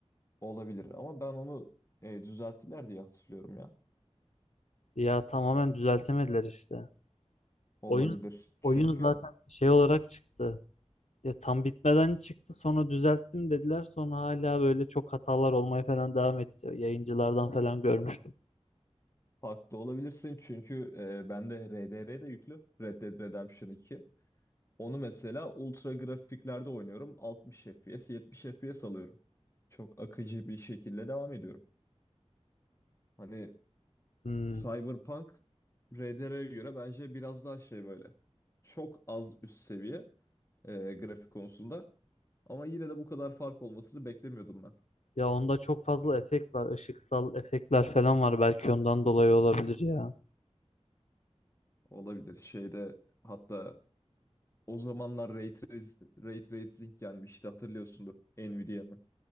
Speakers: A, on the left (about 25°); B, on the left (about 80°).
A: Olabilir ama ben onu e, düzelttiler diye hatırlıyorum ya.
B: Ya tamamen düzeltemediler işte.
A: Olabilir.
B: Oyun
A: Çünkü
B: oyun zaten şey olarak çıktı. Ya tam bitmeden çıktı sonra düzelttim dediler sonra hala böyle çok hatalar olmaya falan devam etti. Yayıncılardan falan görmüştüm.
A: farklı olabilirsin. Çünkü e, bende RDR de yüklü. Red Dead Redemption 2. Onu mesela ultra grafiklerde oynuyorum. 60 FPS, 70 FPS alıyorum. Çok akıcı bir şekilde devam ediyorum. Hani
B: Hmm.
A: Cyberpunk RDR'ye göre bence biraz daha şey böyle. Çok az üst seviye. e, grafik konusunda. Ama yine de bu kadar fark olmasını beklemiyordum ben.
B: Ya onda çok fazla efekt var. Işıksal efektler falan var. Belki ondan dolayı olabilir ya.
A: Olabilir. Şeyde hatta o zamanlar Ray, Trac- Ray Tracing gelmişti hatırlıyorsundur Nvidia'nın.